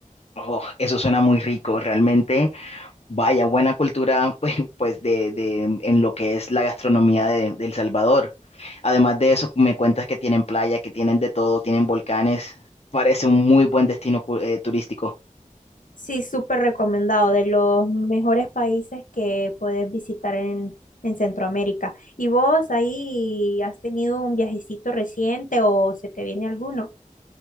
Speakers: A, on the left; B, on the left.
A: Oh, eso suena muy rico, realmente. Vaya, buena cultura, <laughs> pues, pues, de, de- en lo que es la gastronomía de, de El Salvador. Además de eso, me cuentas que tienen playa, que tienen de todo, tienen volcanes. Parece un muy buen destino cu- eh, turístico.
B: Sí, súper recomendado, de los mejores países que puedes visitar en, en Centroamérica. ¿Y vos ahí has tenido un viajecito reciente o se te viene alguno?